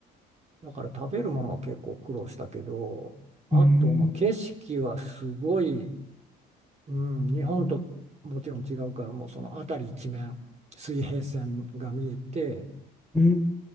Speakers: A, on the right; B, in the centre.
A: う。だから食べるものは結構苦労したけど、あと、
B: うん、
A: まあ、景色はすごいうん、日本ともちろん違うからもうその辺り一面水平線が見えて
B: うん。